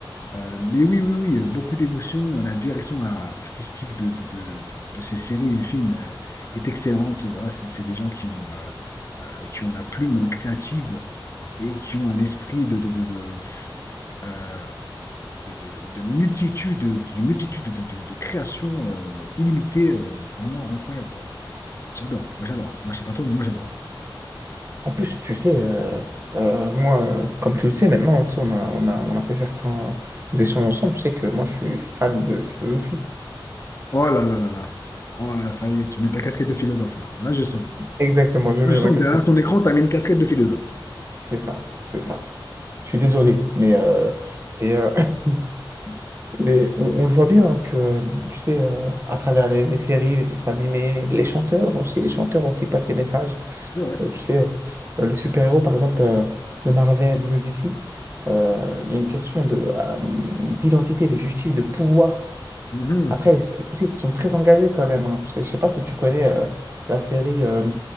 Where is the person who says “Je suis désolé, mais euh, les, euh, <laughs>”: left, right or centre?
Right